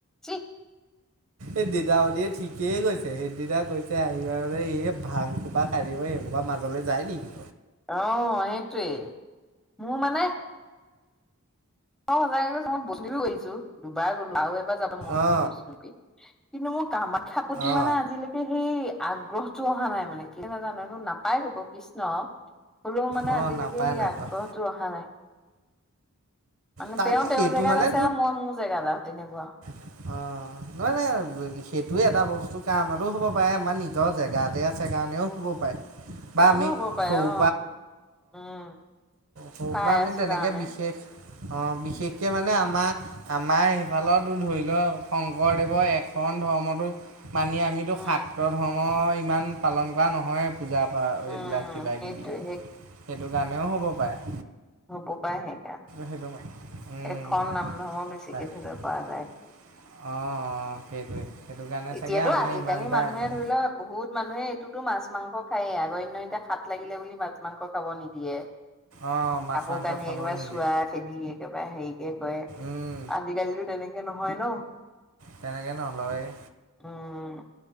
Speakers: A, in the centre; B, on the right (about 80°).
A: চিঃ।
B: এই দিদাৱ দ ঠিকেই গৈছে <unintelligible> তে সেইদিনা কৈছে আহিব এই ভাং কোবা ক়িব এইোবা মাজলৈ যায় নেকি?
A: আহ সেইটোৱেই মোৰ মানে অ' সজাগ চত বৈষ্ণৱী বিছো দুবাৰ গলো আৰু এবাৰ যাব মন
B: অ
A: আছে বৈষ্ণ দেৱী। কিন্তু মোৰ কামাখ্যাৰ প্ৰতি
B: অ
A: মানে আজিলৈকে সেই আগ্ৰহটো অহা নাই মানে কি নাজানো নাপাই কব কৃষ্ণ। হ'লেও মানে
B: অ
A: আজিলৈকে
B: নাপায়
A: সেই
B: নাপায়
A: আগ্ৰহটো অহা নাই। মানে
B: তাকে
A: তেওঁ তেওঁৰ
B: সেইটো
A: জেগাত
B: মানে
A: আছে আৰু মই মোৰ জেগাত আহ তেনেকুৱা।
B: <inaudible> নহ নহ সেইটোয়ে এটা বস্তু কাৰণতো হ'ব পাৰে আমাৰ নিজৰ জেগাতে আছে কাৰণেও হ'ব পাৰে।
A: সেইটোও
B: বা আমি
A: হ'ব পাৰে
B: সৰুৰ
A: অ' উম।
B: হ'
A: পাই
B: বা আমি
A: আছো
B: তেনেকে
A: কাৰণে
B: বিশেষ অ' বিশেষকে মানে আমাৰ আমাৰ সেইফালতো ধৰিল শংকৰদেৱৰ এখন ধৰ্মটো মানি আমিতো
A: উম,
B: সাত্ৰ ধৰ্ম ইমান পালন কৰা নহয় পূজা
A: উম,
B: এইবিলাক কিবা
A: সেইটোৱে
B: কিবি সেই কাৰণে। তেনেও হ'ব পাৰে।
A: হুব পায় সেইকাৰ
B: সেইটো উম,
A: এখন
B: উম,
A: নাম ধৰ্ম বেছিকে
B: তাক
A: ধৰিব পৰা যায়।
B: <inaudible> সেইটো কাৰণে
A: এতিয়াতো
B: চাগে আমাৰ
A: আজিকালি
B: ইমান এটা
A: মানুহে
B: আগ্ৰহ
A: ধৰি লও বহুত মানুহে এইটোতো মাছ মাছ মাংস খায়েই আগণ্য এতিয়া খাত লাগিলে বুলি মাছ মাংস খাব নিদিয়ে
B: অঁ মাছ
A: কাপোৰ
B: মাংস
A: কানি
B: খাব
A: একেবাৰে
B: নিদিয়ে
A: চোৱা খেদি একেবাৰে হেৰিকে কৰে
B: উম
A: আজিকালিিতো তেনেকে এ নহয় ন
B: তেনেকে নলইয়ে
A: উম,